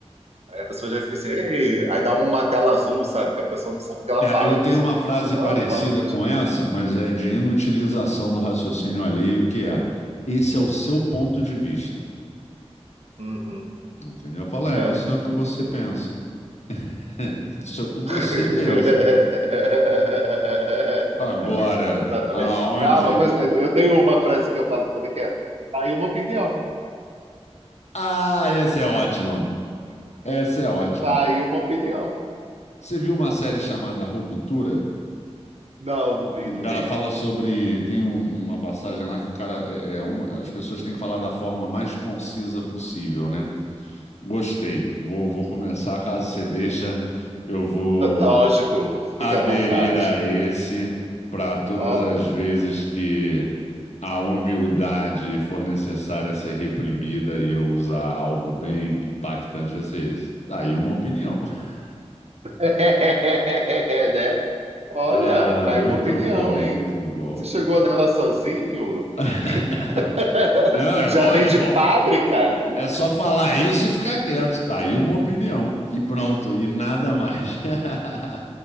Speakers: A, on the right; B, on the left.
A: Aí a pessoa já fica assim, Ei! aí dá uma tela azul, sabe? Que a pessoa não sabe o que ela
B: É,
A: fala.
B: eu tenho
A: Tipo assim,
B: uma frase
A: Hã?
B: parecida
A: What?
B: com essa, mas é de inutilização do raciocínio alheio, que é: esse é o seu ponto de vista.
A: Uhum.
B: Entendeu? Eu falo, é,
A: É.
B: isso é o que você pensa. <laughs> Isso é o que você
A: <laughs>
B: pensa. Agora,
A: Exatamente.
B: aonde.
A: Ah, uma coisa, eu tenho uma frase que eu falo também que é: tá aí uma opinião,
B: Ah, essa é ótima. Essa é ótima.
A: tá aí uma opinião.
B: Você viu uma série chamada Ruptura?
A: Não, não vi,
B: O
A: não
B: cara
A: vi.
B: fala sobre. Tem um- uma passagem lá que o cara. É, é uma- as pessoas têm que falar da forma mais concisa possível, né? Gostei. Vou, vou começar. Caso você deixa, eu vou
A: Lógico, fica
B: aderir
A: à vontade.
B: a esse para todas
A: Ó,
B: as vezes que a humildade for necessária ser reprimida e eu usar algo bem impactante vai ser isso. Tá aí uma opinião. <laughs>
A: <laughs> né? Olha,
B: Ah,
A: tá aí
B: muito
A: uma opinião,
B: bom,
A: hein?
B: muito bom.
A: Você chegou nela sozinho?
B: <laughs>
A: <laughs>
B: Não, é
A: Já
B: bom,
A: vem
B: é
A: de
B: bom.
A: fábrica?
B: É só falar isso e ficar quieto. Tá aí uma opinião e pronto, e nada mais. <laughs>